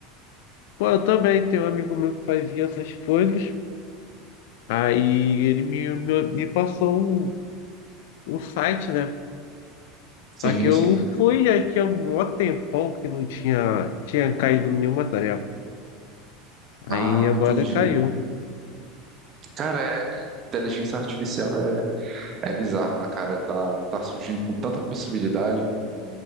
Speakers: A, on the left (about 70°); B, on the right (about 40°).
A: pô, eu também tenho um amigo meu que fazia essas coisas. Aí ele me, me, me passou um o site, né?
B: Sim,
A: Só que eu
B: sim.
A: fui, aí tinha um mó tempão que não tinha, tinha caído nenhuma tarefa. Aí
B: Ah,
A: agora
B: entendi.
A: caiu.
B: Cara, é, inteligência artificial é É bizarro, né, cara? Tá, tá surgindo com tanta possibilidade.